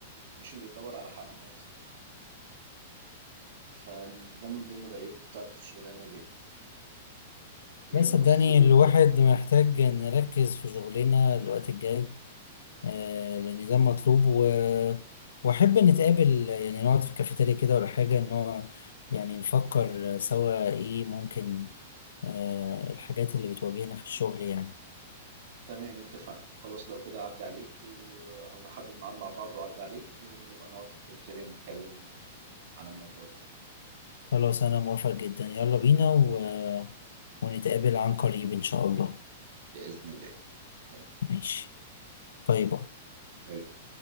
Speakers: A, on the right; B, on the left.
A: مش اللي يدور على حق موظف فده من ضمن العيوب بتاعت الشغلانة ديت بجد
B: لا صدقني
A: بص آه،
B: الواحد محتاج نركز في شغلنا الوقت الجاي آه، النظام مطلوب و... واحب نتقابل يعني نقعد في كافيتيريا كده ولا حاجه ان هو يعني نفكر سوا ايه ممكن آه، الحاجات اللي بتواجهنا في الشغل يعني
A: تمام اتفقنا خلاص لو كده أعدي عليك و... أو نحدد ميعاد مع بعض وأعدي عليك ونبقى نقعد في الكافيتيريا نتكلم عن الموضوع ده
B: خلاص انا موافق جدا يلا بينا و... ونتقابل عن قريب ان شاء الله
A: بإذن الله تمام
B: ماشي باي باي
A: باي باي